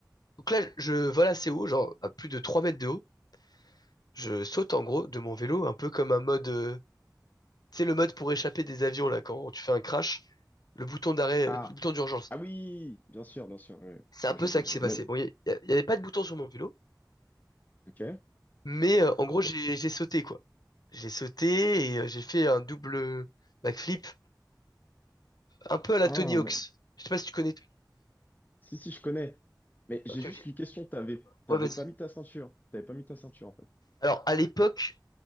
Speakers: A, on the left (about 60°); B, on the left (about 25°).
A: Donc là, je vole assez haut, genre à plus de 3 mètres de haut. Je saute en gros de mon vélo, un peu comme un mode euh, C'est le mode pour échapper des avions là quand tu fais un crash, le bouton d'arrêt,
B: Ah.
A: euh, le bouton d'urgence.
B: Ah oui, bien sûr, bien sûr. oui.
A: C'est
B: Ah,
A: un peu
B: je
A: ça
B: vois,
A: qui
B: je
A: s'est
B: vois.
A: passé.
B: Même.
A: Bon, il y, a- y avait pas de bouton sur mon vélo,
B: Ok.
A: mais euh, en gros j'ai j'ai sauté quoi. J'ai sauté et euh, j'ai fait un double backflip, un peu à la
B: Ah,
A: Tony Hawk's. Je sais pas si tu connais.
B: si, si, je connais. Mais j'ai
A: Ok,
B: juste
A: ok.
B: une question. T'avais, t'avais
A: Ouais, vas-y.
B: pas mis ta ceinture. T'avais pas mis ta ceinture, en fait.
A: Alors à l'époque